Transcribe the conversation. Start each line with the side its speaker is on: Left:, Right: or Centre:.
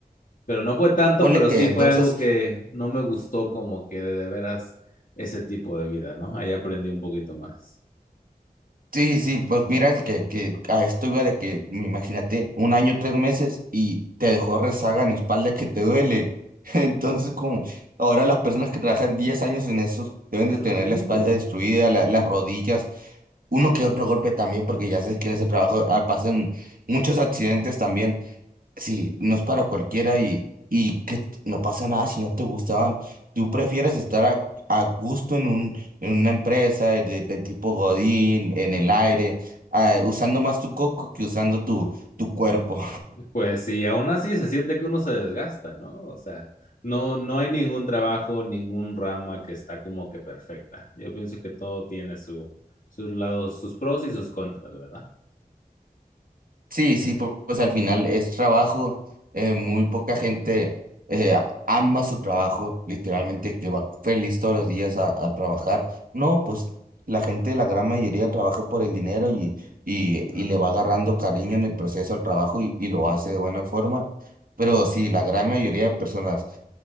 Left: pero no fue tanto,
Right: ponle
Left: pero
Right: que
Left: sí
Right: entonces
Left: fue algo que no me gustó como que de, de veras ese tipo de vida, ¿no? Ahí aprendí un poquito más.
Right: Sí, sí, pues mira, es que, que a esto iba de que, mm, imagínate, un año, tres meses y te dejó rezaga en espalda que te duele. <laughs> Entonces, como ahora las personas que trabajan 10 años en eso deben
Left: Es
Right: de
Left: lo
Right: tener
Left: que digo.
Right: la espalda destruida, la- las rodillas, uno que otro golpe también, porque ya sabes que en ese trabajo ah, pasan muchos accidentes también. Sí, no es para cualquiera y, y que t- no pasa nada si no te gustaban. Tú prefieres estar a, a gusto en un, en una empresa de, de tipo Godín, en el aire, ah, usando más tu coco que usando tu, tu cuerpo.
Left: Pues sí, aún así se siente que uno se desgasta, ¿no? O sea, no, no hay ningún trabajo, ningún rama que está como que perfecta. Yo pienso que todo tiene su, sus lados, sus pros y sus contras, ¿verdad?
Right: Sí, sí, pu- pues, al final es trabajo, eh, muy poca gente eh, ama su trabajo, literalmente que va feliz todos los días a, a trabajar. No, pues la gente, la gran mayoría trabaja por el dinero y, y, y
Left: Ándale.
Right: le va agarrando cariño en el proceso al trabajo y, y lo hace de buena forma. Pero si la gran mayoría de personas